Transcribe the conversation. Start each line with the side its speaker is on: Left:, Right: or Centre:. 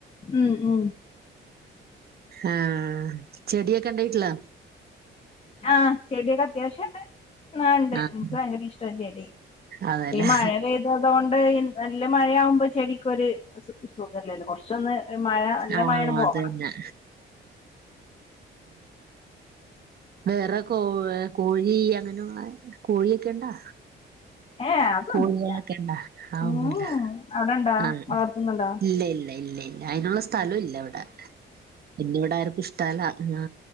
Left: ഉ ഉ
Right: ആഹ ചെടിയൊക്കെ ഉണ്ടായിട്ടില്ല
Left: ആഹ ചെടിയൊക്കെ അത്യാവശ്യംണ്ട് ആ ഉണ്ട് എനിക്ക്
Right: ആഹ്
Left: ഭയങ്കര ഇഷ്ട ചെടിിയ
Right: അതെല്ലേ
Left: ഈ മഴ പെയ്തതുകൊണ്ട് ന നല്ല മഴയാവുമ്പോ ചെടക്ക്ൊരു സുഖംല്ലല്ലോ കുറച്ചൊന്ന് ഒരു മഴ നല്ല
Right: ആഹ്
Left: മഴയാണ് പോകണം
Right: അതന്നെ വേറെ കോ കോഴി അങ്ങനെയുള്ള കോഴിയൊക്കെണ്ടാ
Left: ഏഹ് അതൊന്നുല്ല
Right: കോഴികളൊക്കെ ഇണ്ടാ ആ
Left: ഉം
Right: ഒന്നുമല്ല
Left: ഉം അവിടെണ്ടാ
Right: ആഹ
Left: വളർത്തുന്നുണ്ടോ
Right: ഇല്ല ഇല്ല ഇല്ല ഇല്ല അതിനുള്ള സ്ഥലം ഇല്ല അവിടെ പിന്നെ ഇവിട ആർക്കും ഇഷ്ടല്ല ആ